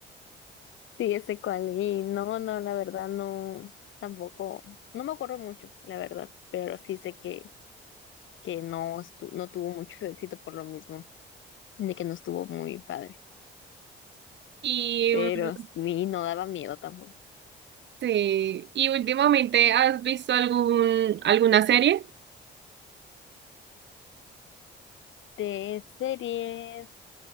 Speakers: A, on the left; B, on the right.
A: Sí, ese cual. Y no, no, la verdad no, tampoco, no me acuerdo mucho, la verdad, pero sí sé que, que no estu- no tuvo mucho <laughs> éxito por lo mismo, de que no estuvo muy padre,
B: Y
A: pero
B: mm,
A: ni no daba miedo tampoco.
B: sí, y últimamente, ¿has visto algún, alguna serie?
A: De series,